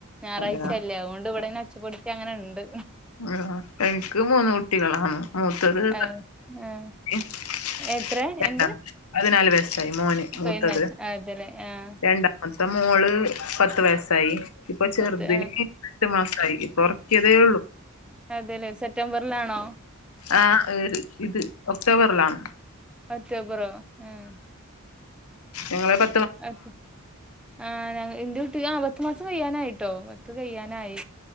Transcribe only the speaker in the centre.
ഞായറാഴ്ചയല്ലേ
അതുകൊണ്ട് ഇവിടെ ഒച്ചപ്പെടുത്തി അങ്ങനെ ഉണ്ട്
ആഹ് ആഹ്
എത്ര എന്ത്
പതിനാല് അതെല്ലേ ആഹ്
പത്ത് ആഹ്
അതെല്ലെ സെപ്റ്റംബറിലാണോ
ഒക്ടോബറോ ഉം
ആഹ് ആഹ് എന്റെ കുട്ടിക്ക് ആഹ് പത്തു മാസം കയ്യാനായിട്ടോ പത്ത് കയ്യാനായി